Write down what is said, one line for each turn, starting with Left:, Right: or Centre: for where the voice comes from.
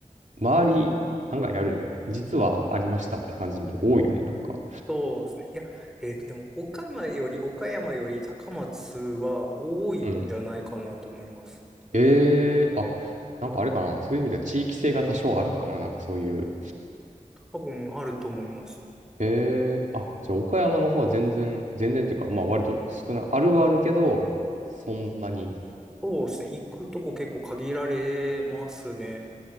Right: 周り案外あるよね。実はありましたって感じのとこ多いよね、
Centre: はい
Right: なんか。
Centre: そうですね。いや、えっと、でも、岡山より、岡山より高松は多いんじゃないかなと思います。
Right: うんええあ、なんかあれかな。そういう意味では地域性が多少あるんかな。なんかそういう。
Centre: 多分あると思います。
Right: ええあ、じゃあ岡山の方は全然、全然っていうか、まあ割と少な、あるはあるけど、そんなに。
Centre: そうですね。行くとこ結構限られますね。